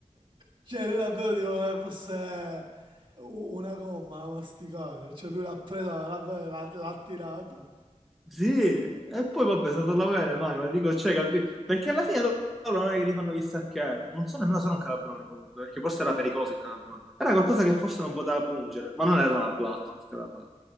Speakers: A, on the right; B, in the centre.
A: Cioè, lui davvero tipo come fosse u- una gomma da masticare. Cioè, lui l'ha presa, l'ha l'ha- l'ha tirata.
B: Sì, e poi vabbè, sono andato alla bene, ma dico, cioè, capito? Perché alla fine loro non è che li fanno chissà che, non so nemmeno se era un calabrone comunque, perché forse era pericoloso il calabrone. Era qualcosa che forse non poteva pungere, ma non era una blatta, non te la faccio.